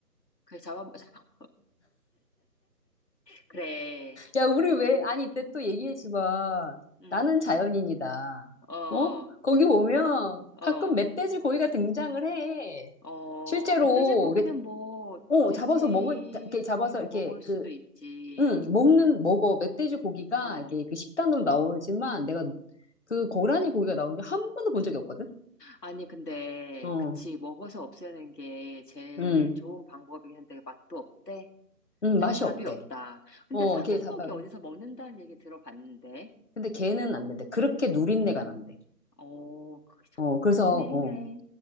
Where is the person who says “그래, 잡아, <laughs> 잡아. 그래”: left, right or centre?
Left